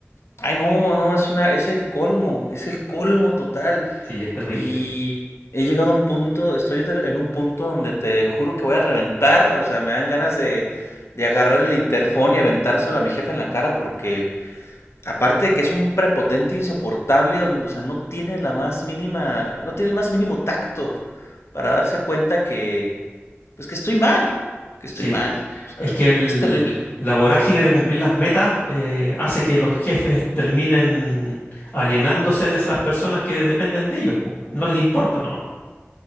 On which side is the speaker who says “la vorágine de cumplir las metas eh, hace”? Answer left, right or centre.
Left